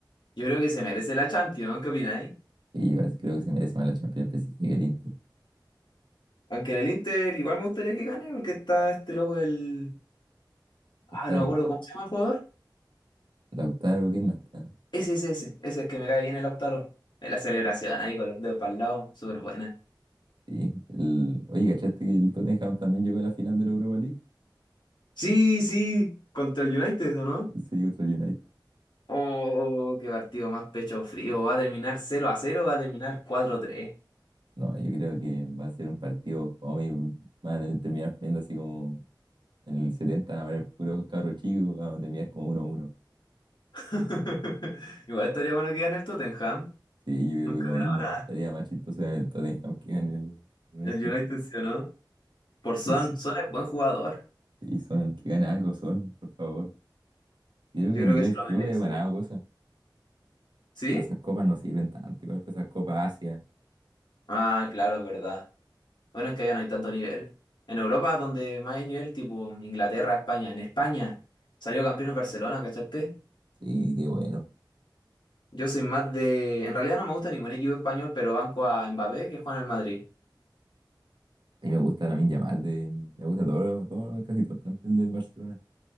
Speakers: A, on the left; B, on the right.
A: Yo creo que se merece la Champions, ¿no? ¿qué opináis?
B: y yo creo que se merece más la Champions el PSG que el Inter.
A: Aunque en el Inter igual me gustaría que gane porque está este loco del... Ah,
B: Lautaro,
A: no me acuerdo cómo se llama el jugador.
B: Lautaro, ¿quién más está?
A: Ese, ese, ese. Ese es que me cae bien el Lautaro. En la celebración ahí con los dedos para el lado, súper buena.
B: Sí, el, oye, ¿cachaste que el Tottenham también llegó a la final de la Europa League?
A: Sí, sí, contra el United, ¿o no?
B: Sí, contra el United.
A: Oh, qué partido más pecho frío. Va a terminar cero a 0, va a terminar cuatro a 3.
B: No, yo creo que va a ser un partido, vamos a tener- terminar viendo así como en el 70 va a haber puros cabros chicos, vamos a terminar como uno a uno.
A: <laughs> Igual estaría bueno que gane el Tottenham.
B: Sí, yo creo
A: Nunca
B: que lo
A: ha
B: mismo,
A: ganado nada.
B: estaría más chistoso ganar el Tottenham que gane el United.
A: El United sí o no. Por Son.
B: Y, s-
A: Son es buen jugador.
B: y son, que gane algo son, por favor. Yo creo
A: Yo
B: que
A: creo
B: a nivel
A: que se lo
B: club
A: merece.
B: ya he ganado cosas,
A: ¿Sí?
B: pero esas copas no sirven tanto, igual pues esas copas Asia.
A: Ah, claro, es verdad. Bueno, es que allá no hay tanto nivel. En Europa, donde más hay nivel, tipo Inglaterra, España. En España salió campeón el Barcelona, ¿cachaste?
B: Sí, qué bueno.
A: Yo soy más de... En realidad no me gusta ningún equipo español, pero banco a Mbappé, que juega en el Madrid.
B: A mí me gusta la Yamal, de, me gusta todo, todo, casi todo el plantel del Barcelona.